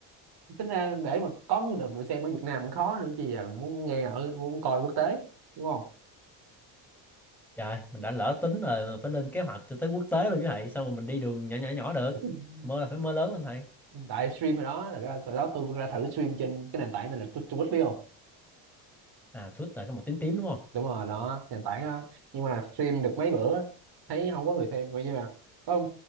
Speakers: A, on the right (about 55°); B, in the centre.
A: tính ra để mà có được người xem ở Việt Nam cũng khó nữa chứ giờ muốn nghe ở muốn coi quốc tế đúng không
B: trời mình đã lỡ tính rồi mà phải lên kế hoạch cho tới quốc tế luôn chứ thầy sao mà mình đi đường nhỏ nhỏ nhỏ được
A: <laughs>
B: mơ là phải mơ lớn lên thầy
A: tại stream ở đó là cái, hồi đó tôi ra thử stream trên cái nền tảng này là Tu- Twitch biết không
B: à Twitter cái màu tím tím đúng không
A: đúng rồi đó nền tảng đó nhưng mà stream được mấy bữa thấy không có người xem coi như là có